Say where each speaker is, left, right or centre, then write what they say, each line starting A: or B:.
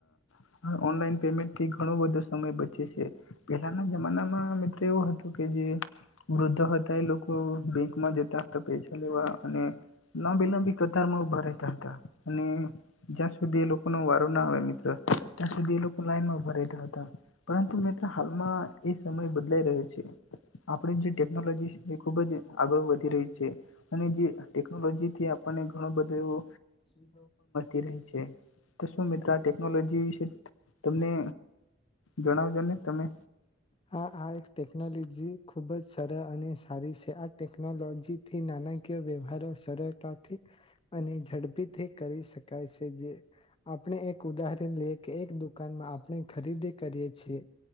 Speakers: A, on the left; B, on the left.
A: હ ઓનલાઈન પેમેન્ટ થી ઘણો બધો સમય બચે છે. પેલાના જમાનામાં મિત્રો એવું હતું કે, જે વૃદ્ધો હતા એ લોકો બેંકમાં જતા હતા પૈસા લેવા અને લાંબી-લાંબી કતારમાં ઉભા રહેતા હતા. અને જ્યાં સુધી એ લોકો ન વારો ના આવે મિત્ર ત્યાં સુધી એ લોકો લાઈનમાં ઉભા્યા હતા પરંતુ મિત્ર હાલમાં એ સમય બદલાઈ રહ્યો છે આપણે જે ટેકનોલોજી ખુબ જ આગળ વધી રહી છે. અને જે ટેકનોલોજી થી આપણને ઘણો બધો એવો
B: શી તો
A: રહી છે. તો શું મિત્ર આ ટેકનોલોજી વિશે તમને જણાવજો ને તમે.
B: હા હા એક ટેકનોલોજી ખુબ જ સરળ અને સારી છે. આ ટેકનોલોજી થી નાના કિય વ્યવહારો સરળતાથી અને ઝડપીથી કરી શકાય છે. જે આપણે એક ઉદાહરણ લઈએ કે, એક દુકાનમાં આપણે ખરીદી કરીએ છીએ